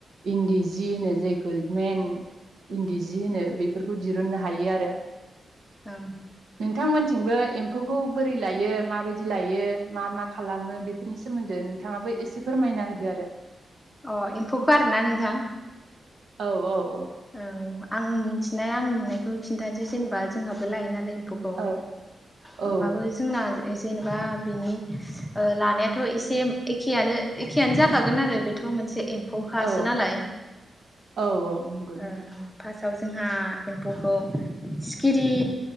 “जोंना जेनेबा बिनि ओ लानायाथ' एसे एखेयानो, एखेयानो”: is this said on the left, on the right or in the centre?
Centre